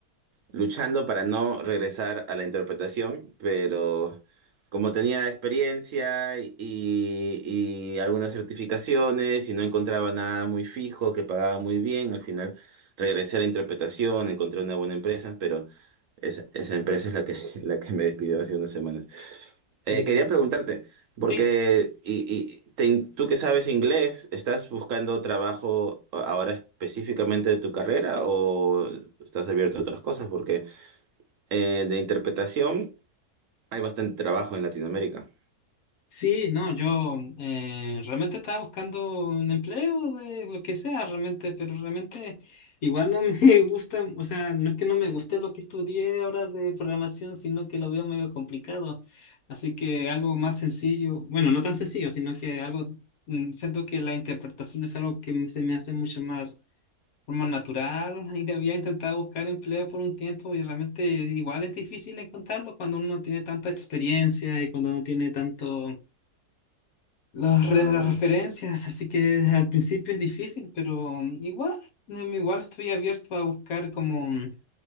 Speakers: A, on the right (about 60°); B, on the left (about 70°).
A: luchando para no regresar a la interpretación, pero como tenía experiencia y, y algunas certificaciones y no encontraba nada muy fijo, que pagaba muy bien, al final regresé a la interpretación, encontré una buena empresa, pero esa, esa empresa es la que, <laughs> la que me despidió hace unas semanas. Eh,
B: Mm.
A: quería preguntarte, porque
B: Sí.
A: y, y te- tú que sabes inglés, ¿estás buscando trabajo ahora específicamente de tu carrera o estás abierto a otras cosas? Porque eh, de interpretación, hay bastante trabajo en Latinoamérica.
B: Sí, no, yo eh, realmente estaba buscando un empleo de lo que sea, realmente, pero realmente igual no me <laughs> gusta, o sea, no es que no me guste lo que estudié ahora de programación, sino que lo veo medio complicado. Así que algo más sencillo, bueno, no tan sencillo, sino que algo, mm, siento que la interpretación es algo que me- se me hace mucho más forma natural. Y había intentado buscar empleo por un tiempo y realmente igual es difícil encontrarlo cuando uno no tiene tanta experiencia y cuando no tiene tanto las re-
A: Ah,
B: las referencias, así que al principio es difícil, pero mm, igual, em, igual estoy abierto a buscar como mm,